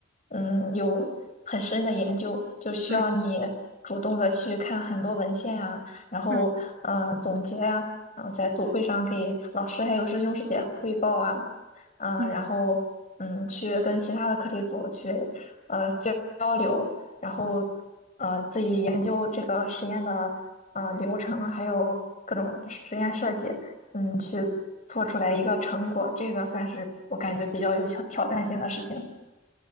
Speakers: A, on the left; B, on the right.
A: 嗯，有很深的研究，就需要你主动的去看很多文献啊。
B: 嗯
A: 然后呃总结啊，
B: 嗯
A: 嗯、在组会上给老师还有师兄师姐汇报啊，嗯、
B: 嗯
A: 然后嗯去跟其他的课题组去呃交交流，然后呃自己研究这个实验的呃流程，还有各种实验设计，嗯去做出来一个成果，这个算是我感觉比较有挑挑战性的事情。